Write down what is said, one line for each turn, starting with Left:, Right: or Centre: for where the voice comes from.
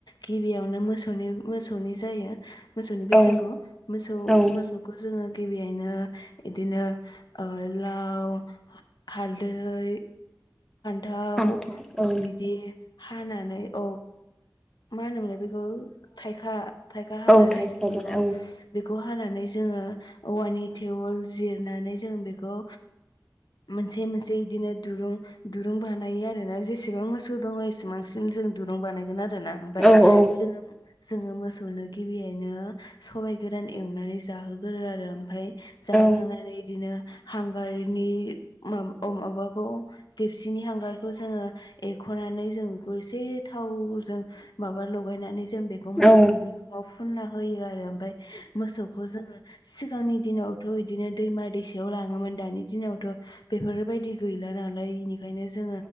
Left: गिबियावनो मोसौनि मोसौनि जायो मोसौनि बैसागु
Centre: औ
Left: मोसौ
Centre: औ
Left: मोसौ खौ जोङो गिबियैनो बिदिनो लाव हालदै दाउ
Centre: फान्थाव औ
Left: बिदि हानानै औ मा होनोमोनलाय बेखौ थाइखा थाइखा हानानै
Centre: औ थाइखौबो
Left: जों इखौ
Centre: औ
Left: बेखौ हानानै जोङो औवानि थेवोल जिरनानै जों बेखौ मोनसे मोनसे इदिनो दुरुं दुरुं बानायो आरोना जेसेबां मोसौ दङ एसेबांसिम जों दुरुं बानायगोन आरोना ओमफ्राय
Centre: औ औ
Left: जों जोङो मोसौनो गिबियैनो सबाइ गोरान एवनानै जाहोगोरो आरो ओमफ्राय जाहोखांनानै
Centre: औ
Left: बिदिनो हांगारनि म माबाखौ देपसिनि हांगारखौ जोङो एरखनानै जों बेखौ एसे थावजों माबा लगायनानै जों बेखौ मोसौनि
Centre: औ
Left: बिखुङाव फुनना होयो आरो ओमफ्राय मोसौखौ जोङो सिगांनि दिनावथ इदिनो दैमा दैसायाव लाङोमोन दानि दिनावथ बेफोरबायदि गैला नालाय इनिखायनो जोो